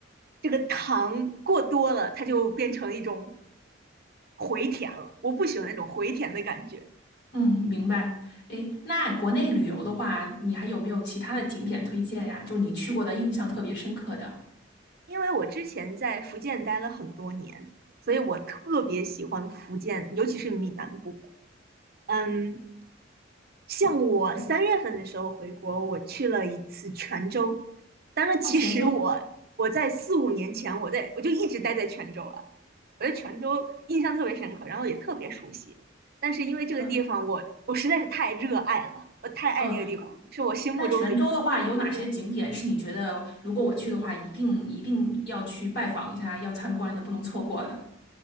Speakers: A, on the right; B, on the left.
A: 这个糖过多了，它就变成一种回甜了。我不喜欢那种回甜的感觉。
B: 嗯，明白。诶，那国内旅游的话，你还有没有其他的景点推荐呀？就是你去过的印象特别深刻的。
A: 因为我之前在福建待了很多年，所以我特别喜欢福建，尤其是闽南部分。嗯，像我三月份的时候回国，
B: 哦，
A: 我去了一次泉州。当然，其实我我在四五年前，
B: 哦，泉州。
A: 我在我就一直待在泉州了。我对泉州印象特别深刻，然后也特别熟悉。但是因为这个地方我，
B: 嗯
A: 我实在是太热爱了，我太爱那个地方了，
B: 嗯，呃
A: 是我心目中的南国。
B: 那泉州的话，有哪些景点是你觉得如果我去的话，一定一定要去拜访一下，要参观的，不能错过的？